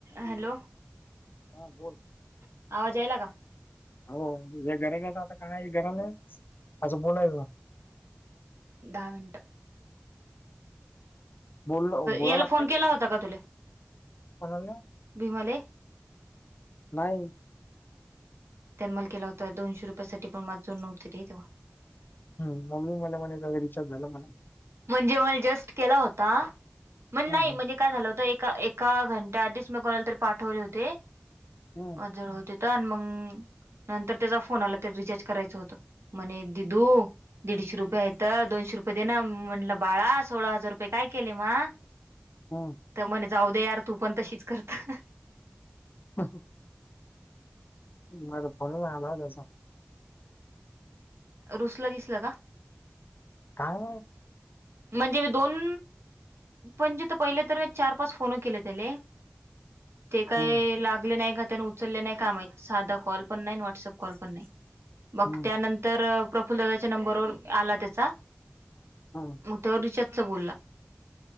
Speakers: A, on the right (about 85°); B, on the left (about 50°).
A: Hello.
B: हा बोल.
A: आवाज यायला का?
B: हो हे घरालाच आता काय घराल असं बोलाय
A: दहा मिनटं.
B: बोल बोला
A: याला
B: लागतंय
A: फोन केला होता का तुला
B: कोणाला.
A: भीमले
B: नाई.
A: त्यान मल केला होता दोनशे रुपया साठी पण माज जोड नव्हते रे तेव्हा.
B: <unintelligible> रिचार्ज झाला म्हणा.
A: म्हणजे मल जस्ट केला होता मण
B: हम्म,
A: नाई म्हणजे काय झालं होतं एक् का एका घंट्या आधीच ला कोणाल तर पाठवले होते.
B: हम्
A: जड होती त न मंग नंतर त्याचा फोन आला तर रिचार्ज करायचं होतं. म्हणे दिदू दीडशे रुपये हायतं दोनशे रुपये दे ना म्हंणलं बाळा सोळा हजार रुपये काय केले म.
B: हम
A: त म्हणे जाऊ दे यार तू पण तशीच करता.
B: ह ह माझा फोनच नाय आला हो त्याचा.
A: रुसला गिसला का?
B: काय माई
A: म्हणजे मी दोन पण जीतं पईले तर मी चार पाच फोन केले त्याले. ते काय
B: हम्म,
A: लागले नाय का त्यानं उ चलले नाई का माहित साधा कॉल पण नाई व्हाट्सअप कॉल पण नाई मग
B: हम्म,
A: त्यानं तर प्रफुल्ल दादाच्या नंबरवर आला त्याचा.
B: हा.
A: म त्यावर रिचारजचा बोलला